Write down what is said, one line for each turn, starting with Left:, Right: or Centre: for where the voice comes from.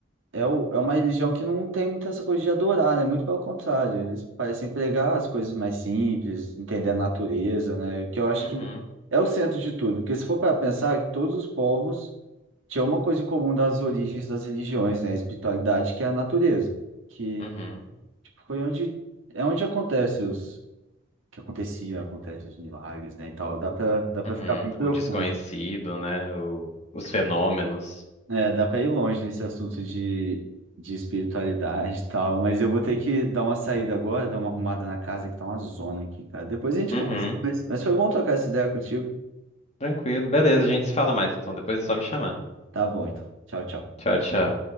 Right: é, o- é uma religião que não tem muita essa coisa de adorar, né? Muito pelo contrário, eles parecem pregar as coisas mais simples, entender a natureza, né? Que eu acho
Left: Uhum.
Right: que é o centro de tudo. Porque se for para pensar que todos os povos tinham uma coisa em comum das origens das religiões, né? A espiritualidade, que é a natureza, que
Left: Uhum.
Right: tipo, foi onde, é onde acontece os que acontecia, acontece os milagres, né, e tal. Dá para dá para
Left: Uhum.
Right: ficar bem profundo.
Left: O desconhecido, né? O- os fenômenos.
Right: É, dá para ir longe nesse assunto de, de espiritualidade e tal, mas eu vou ter que dar uma saída agora, dar uma arrumada na casa que tá uma zona aqui, cara. Depois a gente
Left: Uhum.
Right: conversa. Mas, mas foi bom trocar essa ideia contigo.
Left: Tranquilo. Beleza, a gente se fala mais então. Depois é só me chamar.
Right: Tá bom, então. Tchau, tchau.
Left: Tchau, tchau.